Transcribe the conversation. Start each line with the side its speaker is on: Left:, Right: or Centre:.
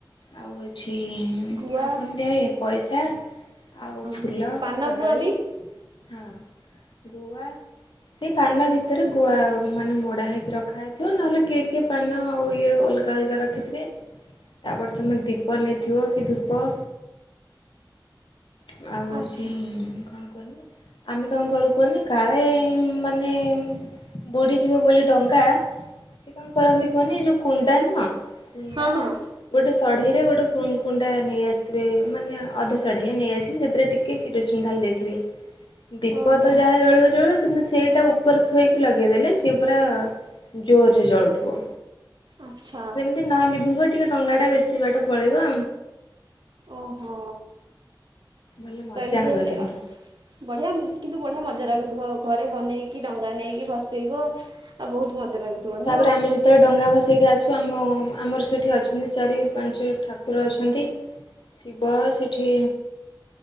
Left: ଆଉ ହେଉଛି ହଁ
Right: ଗୁଆ
Left: ଆଉ କଣ ଦିଏ ପଇସା ଆଉ ଫୁଲ
Right: ହଁ ପାନ
Left: କଦଳୀ
Right: ଗୁଆ ବି
Left: ହଁ ଗୁଆ ସେଇ ପାନ ଭିତରେ ଗୁଆ ମାନେ ମୋ ରଖା ହେଇଥିବ ନହେଲେ କିଏ କିଏ ପାନ ଆଉ ଇଏ ଅଲଗା ଅଲଗା ରଖିଥିବେ। ତାପରେ ତମେ ଦୀପ ନେଇଥିବ କି ଧୂପ ନା
Right: ଆଚ୍ଛା
Left: <unintelligible> ଆମେ କଣ ଘର କୁହନି କାଳେ ମାନେ ବୁଡିଯିବ ବୋଲି ଡଙ୍ଗା ସେ କଣ କରନ୍ତି କୁହନି ଏ ଯୋଉ କୁଣ୍ଡା ନୁହଁ କୁଣ୍ଡା
Right: ହଁ ହଁ
Left: ଗୋଟେ ସଢେଇ ରେ ଗୋଟେ କୁଣ୍ଡା ନେଇ ଆସିଥିବେ ମାନେ ଅଧ ସଢେଇ ଢ ନେଇ ଆସି ସେଥିରେ ଟିକେ କୀଟନ ଢାଲି ଦେଇଥିବେ ଦୀପ
Right: ଓହୋ
Left: ତ ଯାହା ଜଳିବ ଜଳିବ କିନ୍ତୁ ସେଇଟା ଉପରେ ଥୋଇକି ଲଗେଇଦେଲେ ସେ ପୁରା ଜୋର ରେ ଜଳୁଥିବ।
Right: ଆଚ୍ଛା।
Left: ତି ନ ଲିଭିବ, ଟିକେ ଡଙ୍ଗା ଟା ବେଶୀ ବାଟ ପଳେଇବ।
Right: ଓହୋ।
Left: ଭଲ ମଜା
Right: ତ ଏମିତି
Left: ହୁଏ
Right: ହେଲେ
Left: କିନ୍ତୁ।
Right: ଆ ବଢିଆ କିନ୍ତୁ ବଢିଆ ମଜା
Left: ହୁଁ
Right: ଲାଗୁଥିବ। ଘରେ ବନେଇକି ଡଙ୍ଗା ନେଇକି ଭସେଇବ, ଆଉ ବହୁତ ମଜା ଲାଗୁଥିବ। ନୁହଁ
Left: ତାପରେ ଆମେ ଯଦି ଯେତେବେଳେ ଡଙ୍ଗା ଭସେଇକି ଆସୁ ଆମ ଆମର ସେଠି ଅଛନ୍ତି ଚାରି ପାଞ୍ଚେ ଠାକୁର ଅଛନ୍ତି। ଶିବା ସେଠି